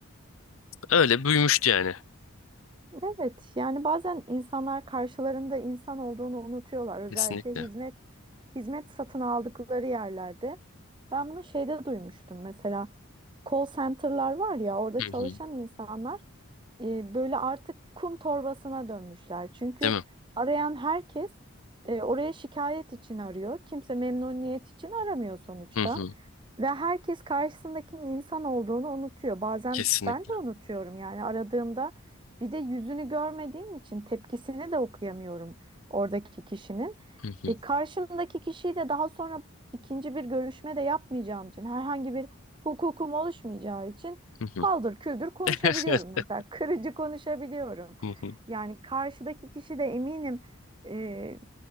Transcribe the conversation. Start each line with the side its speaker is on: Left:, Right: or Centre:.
Left: Öyle büyümüştü yani.
Right: Evet, yani bazen insanlar karşılarında insan olduğunu unutuyorlar. Özellikle
Left: Kesinlikle.
Right: hizmet hizmet satın aldıkları yerlerde. Ben bunu şeyde duymuştum. Mesela call center'lar var ya, orada
Left: Hı
Right: çalışan
Left: hı.
Right: insanlar e, böyle artık kum torbasına dönmüşler. Çünkü
Left: Değil mi?
Right: arayan herkes e, oraya şikayet için arıyor. Kimse memnuniyet için aramıyor sonuçta.
Left: Hı hı.
Right: Ve herkes karşısındakinin insan olduğunu unutuyor. Bazen
Left: Kesinlikle.
Right: ben de unutuyorum yani aradığımda bir de yüzünü görmediğim için tepkisini de okuyamıyorum oradaki kişinin.
Left: Hı hı.
Right: E, karşımdaki kişiyi de daha sonra ikinci bir görüşme de yapmayacağım için herhangi bir hukukum oluşmayacağı için
Left: Hı hı.
Right: paldır küldür konuşabiliyorum
Left: <laughs>
Right: mesela. <laughs> Kırıcı konuşabiliyorum.
Left: Hı hı.
Right: Yani karşıdaki kişi de eminim e,